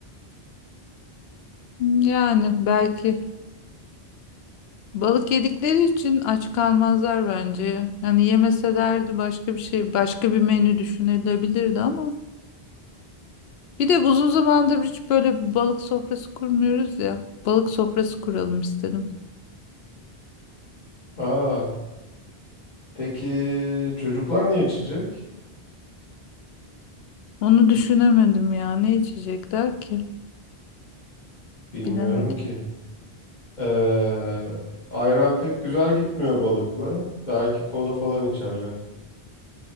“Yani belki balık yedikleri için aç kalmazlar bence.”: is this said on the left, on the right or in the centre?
Left